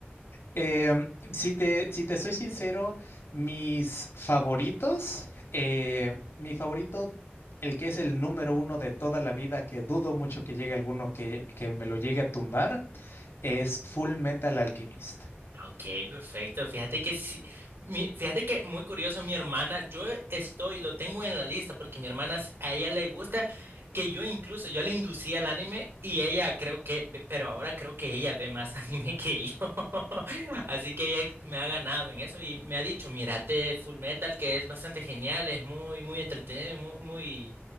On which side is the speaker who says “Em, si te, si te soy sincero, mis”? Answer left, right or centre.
Left